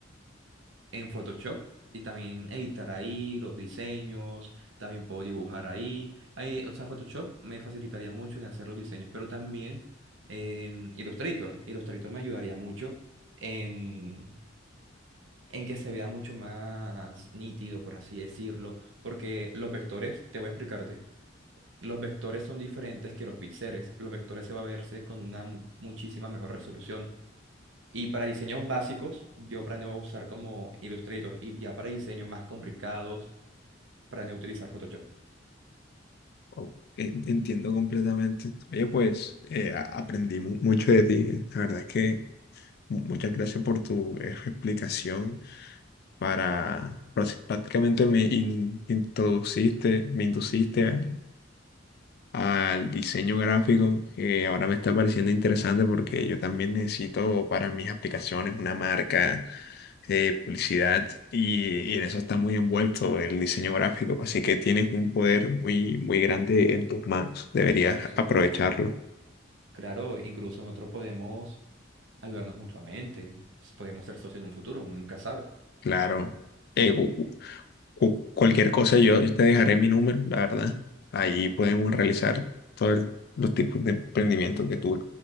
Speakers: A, on the right; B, on the left.
A: en Photoshop y también editar ahí los diseños, también puedo dibujar ahí. Ahí, o sea, Photoshop me facilitaría mucho en hacer los diseños, pero también em, Illustrator. Illustrator me ayudaría mucho en, en que se vea mucho más nítido, por así decirlo, porque los vectores, te voy a explicarte. Los vectores son diferentes que los píxeles. Los vectores se va a verse con una mu- muchísima mejor resolución. Y para diseños básicos, yo planeo usar como Illustrator y ya para diseños más complicados, planeo utilizar Photoshop,
B: Oh, en- Entiendo completamente. Oye, pues eh, a- aprendí mu- mucho de ti. La verdad es que mu- muchas gracias por tu eh, explicación. Para, para- prácticamente me in- introduciste, me induciste al diseño gráfico, que ahora me está pareciendo interesante porque yo también necesito para mis aplicaciones una marca, eh, publicidad, y, y en eso está muy envuelto el diseño gráfico, así que tienes un poder muy, muy grande en tus manos, deberías
A: por supuesto.
B: aprovecharlo.
A: Claro, incluso nosotros podemos ayudarnos mutuamente, s- podemos ser socios en un futuro, uno nunca sabe.
B: Claro, Eh, cu- cu- cu- cualquier cosa yo, yo te dejaré mi número, la verdad, ahí podemos realizar todos los tipos de emprendimiento que tú